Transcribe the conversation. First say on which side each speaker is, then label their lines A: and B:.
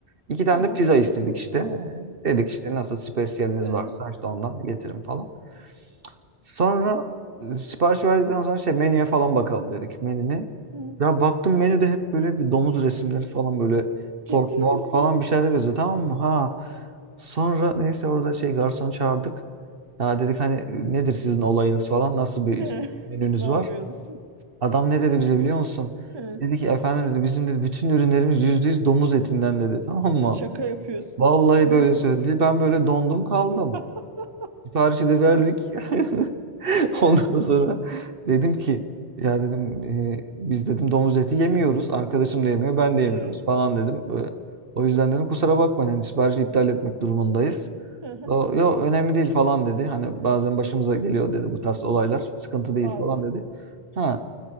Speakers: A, on the right; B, on the right.
A: İki
B: Tamam.
A: tane de pizza istedik işte. Ee, Dedik işte nasıl spesiyeliniz
B: He.
A: varsa işte ondan getirin falan. Sonra e, sipariş verdikten sonra şey menüye falan bakalım dedik menüne.
B: Hı.
A: Ya baktım menüde hep böyle bir domuz resimleri falan böyle
B: Ciddi
A: pork mork
B: misin?
A: falan bir şeyler yazıyor tamam mı? Ha. Sonra neyse orada şey garson çağırdık. Ya dedik hani e, nedir sizin olayınız falan nasıl bir
B: He.
A: menünüz
B: Ne yapıyorsunuz
A: var?
B: siz?
A: Adam ne dedi bize biliyor musun?
B: He.
A: Dedi ki efendim dedi bizim dedi bütün ürünlerimiz yüzde yüz domuz etinden dedi tamam mı?
B: Şaka yapıyorsun.
A: Vallahi
B: Ne?
A: böyle söyledi. Ben böyle dondum kaldım.
B: <laughs>
A: Siparişi de verdik. <laughs>
B: Ee,
A: Ondan sonra dedim ki ya dedim e, biz dedim domuz eti yemiyoruz. Arkadaşım da yemiyor, ben de yemiyoruz
B: e.
A: falan dedim. Böyle, o yüzden dedim kusura bakmayın hani siparişi iptal etmek durumundayız.
B: Hı hı.
A: O, yo önemli değil falan dedi. Hani bazen başımıza geliyor dedi bu tarz olaylar. Sıkıntı değil
B: Bazen.
A: falan dedi. Ha